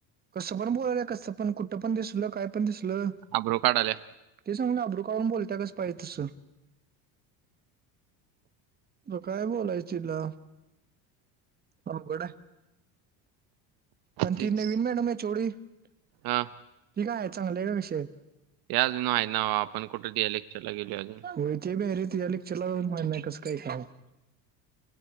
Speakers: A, on the right; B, on the right.
A: कसं पण बोलायली, कसं पण, कुठं पण, दिसलं काय पण दिसलं.
B: अब्रू काढायल्या.
A: ते सांगून अब्रू काढून बोलत्या, कस पाहिजे तसं. आता काय बोलायचीला, अवघडाय. आणि
B: तेच
A: ती नवीन मॅडम एच ओ डी ती
B: हा
A: काय आहे चांगलय का विषय
B: हे अजून आहे ना, आपण कुठे लेक्चर ला गेलो अजून
A: आहे होय, ते भी हाय रे तिच्या लेक्चरला माहित नाही कसं काय काम आहे.